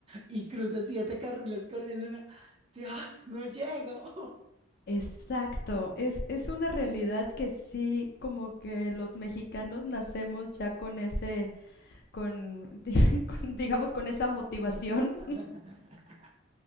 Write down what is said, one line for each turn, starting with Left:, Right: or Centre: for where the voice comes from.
Right: Y cruza siete carriles corriendo. y una, Dios, no llego.
Left: Exacto, es, es una realidad que sí, como que los mexicanos nacemos ya con ese, con, <laughs> con, digamos, con esa motivación
Right: <laughs>